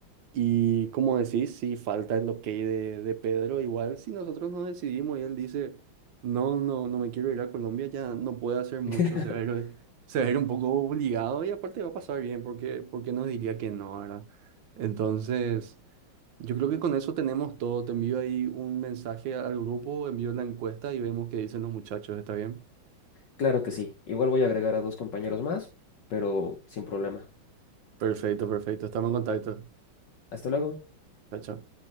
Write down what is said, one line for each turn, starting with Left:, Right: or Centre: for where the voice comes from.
Right: Y como decís, sí, falta el ok de, de Pedro. Igual, si nosotros no decidimos y él dice, no, no, no me quiero ir a Colombia, ya no puede hacer mucho.
Left: <laughs>
Right: Se va a ir, se va a ir un poco obligado y aparte va a pasar bien porque, porque nos diría que no, ¿verdad? Entonces... Yo creo que con eso tenemos todo. Te envío ahí un mensaje al grupo, envío la encuesta y vemos qué dicen los muchachos. ¿Está bien?
Left: Claro que sí. Igual voy a agregar a dos compañeros más, pero sin problema.
Right: Perfecto, perfecto. Estamos en contacto.
Left: Hasta luego.
Right: Chao, chao.